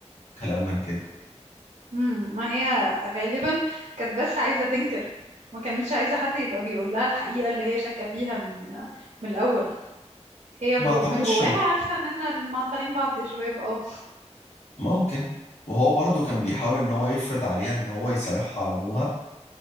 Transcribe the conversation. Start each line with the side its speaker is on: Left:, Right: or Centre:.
Left: وكلام من كده
Right: امم ما هي غالبا كانت بس عايزة تنكر ما كانتش عايزة حد يبقى بيقول لها الحقيقة اللي هي شاكة فيها من من الاول هي
Left: ما
Right: جو
Left: اعتقدش
Right: من جواها عارفة ان احنا معطلين بعض يا شباب اه
Left: ممكن وهو برضه كان بيحاول ان هو يفرض عليها ان هو يصالحها على ابوها